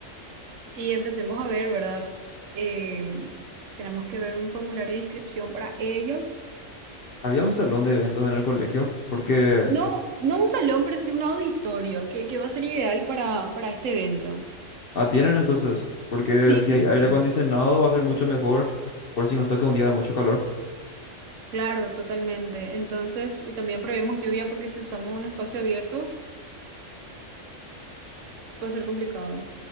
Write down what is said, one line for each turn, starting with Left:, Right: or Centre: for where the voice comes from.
Right: Y empecemos a ver, ¿verdad? Eh, tenemos que ver un formulario de inscripción para ellos.
Left: Había un salón de eventos en el colegio, porque
Right: No, no un salón, pero sí un auditorio, que, que va a ser ideal para, para este evento.
Left: atienden entonces, porque
Right: Sí,
Left: si
Right: sí,
Left: hay
Right: sí.
Left: aire acondicionado va a ser mucho mejor por si nos toca un día de mucho calor.
Right: Claro, totalmente. Entonces, y también prevemos lluvia porque si usamos un espacio abierto va a ser complicado.